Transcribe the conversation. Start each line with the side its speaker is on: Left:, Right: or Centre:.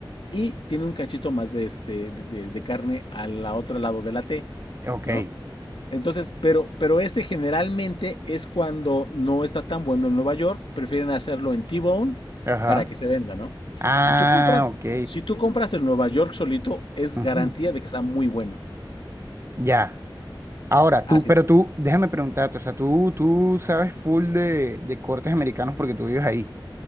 Left: y tiene un cachito más de, este, de, de- de carne al otro lado de la T,
Right: Ok.
Left: ¿no? Entonces, pero, pero este generalmente es cuando no está tan bueno en Nueva York, prefieren hacerlo en T-Bone
Right: Ajá.
Left: para que se venda, ¿no?
Right: Ah,
Left: Si tú compras,
Right: ok.
Left: si tú compras el Nueva York solito, es
Right: Ujú.
Left: garantía de que está muy bueno.
Right: Ya. Ahora,
Left: Así
Right: tú, pero
Left: es.
Right: tú, déjame preguntarte, o sea, tú, tú sabes full de, de cortes americanos porque tú vives ahí,